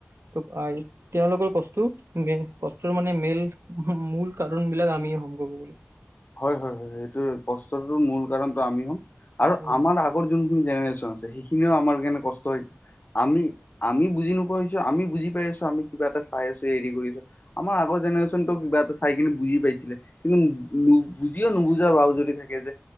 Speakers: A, on the right (about 70°); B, on the left (about 40°).
A: ত' তেওঁলোকৰ কষ্ট টো মেইন, কষ্টৰ মানে মেল মূল কাৰণ বিলাক আমিয়েই হম কবলৈ গ'লে।
B: হয়, হয়, হয়। এইটোৰ কষ্টৰটো মূল কাৰণটো আমি হ'ম আৰু
A: উম,
B: আমাৰ আগ যোনখিনি জেনেৰেচন আছে, সেইখিনিও আমাৰ কাৰণে কষ্ট আমি, আমি বুজি নোপোৱা হৈছো, আমি বুজি পাই আছো, আমি কিবা এটা চাই আছো, হেৰি কৰিছো। আমাৰ আগৰ জেনেৰেশ্যনটো কিবা এটা চাই কিনে বুজি পাইছিলে। কিন্তু বুজিও নুবুজা ভাও জুৰি থাকে যে,